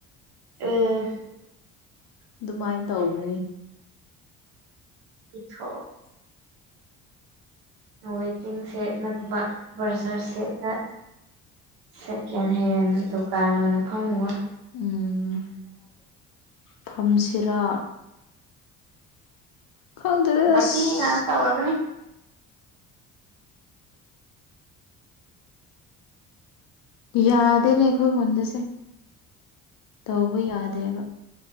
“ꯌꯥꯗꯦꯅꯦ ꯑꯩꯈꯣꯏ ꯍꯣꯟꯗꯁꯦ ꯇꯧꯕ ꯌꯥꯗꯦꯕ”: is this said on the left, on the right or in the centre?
Left